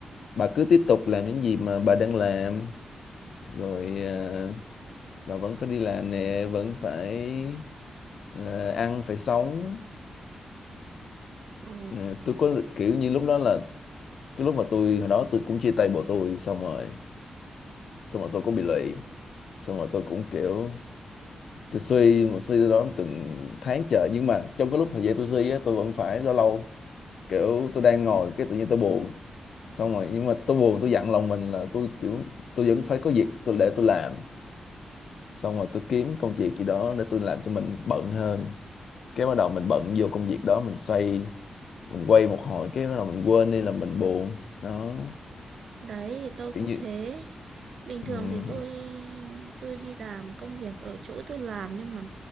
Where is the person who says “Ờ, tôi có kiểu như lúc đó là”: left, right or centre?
Left